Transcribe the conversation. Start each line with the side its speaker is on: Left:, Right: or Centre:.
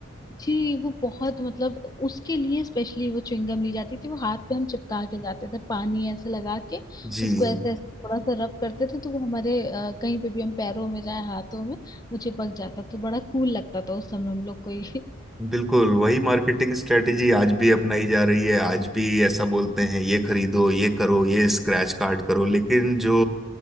Left: जी वो बहुत मतलब उसके लिए स्पेशली वो च्युइंगम ली जाती थी वो हाथ पे हम चिपका के जाते थे पानी ऐसे लगा के
Centre: जी
Left: उसको ऐसे ऐसे थोड़ा सा रब करते थे तो वो हमारे अ, कहीं पे भी हम पैरों में जाए हाथों में वो चिपक जाता तो बड़ा कूल लगता था उस समय हम लोग को ये
Centre: बिल्कुल वही मार्केटिंग स्ट्रेटेजी आज भी अपनाई जा रही है आज भी ऐसा बोलते हैं ये खरीदो ये करो ये स्क्रैच कार्ड करो लेकिन जो